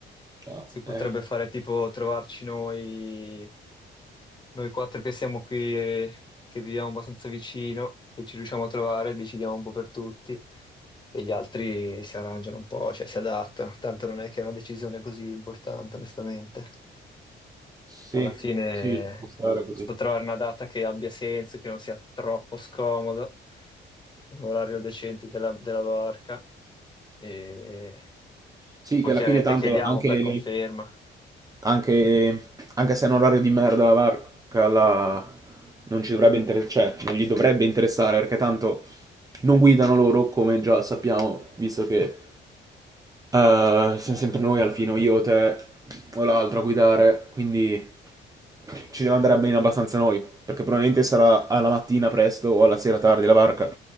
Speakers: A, on the right (about 20°); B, on the left (about 20°).
A: Ah,
B: Si potrebbe
A: eh,
B: fare tipo trovarci noi, noi quattro che siamo qui e che viviamo abbastanza vicino, che ci riusciamo a trovare, decidiamo un po' per tutti e gli altri si arrangiano un po', cioè si adattano. Tanto non è che è una decisione così importante, onestamente.
A: sì,
B: Alla fine
A: sì, ci può stare così.
B: sto trovare una data che abbia senso, che non sia troppo scomoda, un orario decente della, della barca e
A: Sì,
B: poi
A: che alla
B: chiaramente
A: fine tanto
B: chiediamo
A: anche...
B: per conferma.
A: Anche, anche se è un orario di merda la barca, la- non ci dovrebbe interessare, cioè, non gli dovrebbe interessare perché tanto non guidano loro, come già sappiamo, visto che eh, siamo sempre noi al fine, o io, te o l'altro a guidare, quindi ci deve andare bene abbastanza noi, perché probabilmente sarà alla mattina presto o alla sera tardi la barca,